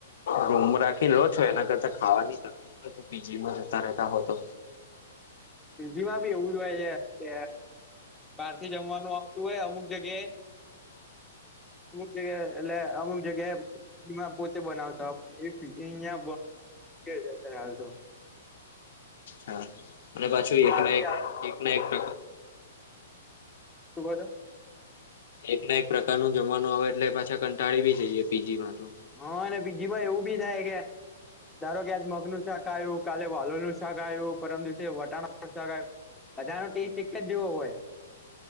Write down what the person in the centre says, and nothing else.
પીજીમાં ભી એવું જ હોય છે કે બારથી જમવાનું આવતું હોય અમુક જગ્યાએ અમુક જગ્યા એટલે અમુક જગ્યાએ માં પોતે બનાવતા હોય એવી પીજી અહીંયા <inaudible> કે છે સર હાલ તો
બહારથી
આવે
શું બોલો?
હહ ને પીજીમાં એવું બી થાય કે ધારો કે આજ મગનું શાક આયું, કાલે વાલોરનું શાક આયું, પરમ દિવસે વટાણાનું શાક આયુ. બધાનો ટેસ્ટ એક જ જેવો હોય.